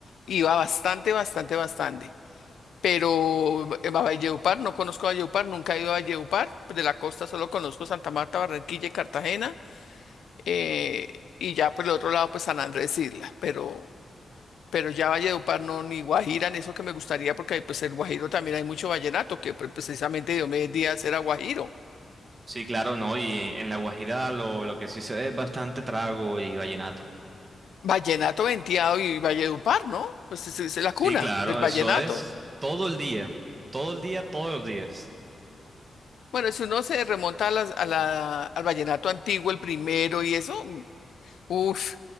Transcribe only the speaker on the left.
iba bastante, bastante, bastante. pero eh, a Valledupar, no conozco Valledupar, nunca he ido a Valledupar, pues, de la costa solo conozco Santa Marta, Barranquilla y Cartagena, eh, y ya por el otro lado pues San Andrés Isla, pero, pero ya Valledupar no, ni Guajira, ni eso que me gustaría, porque pues el Guajiro también hay mucho vallenato, que pre- precisamente Diomedes Díaz era Guajiro,
vallenato venteado y Valledupar, ¿no? Pues es, es la
cuna
del vallenato.
Bueno, si uno se remonta a las- a la- al vallenato antiguo, el primero y eso, Uf,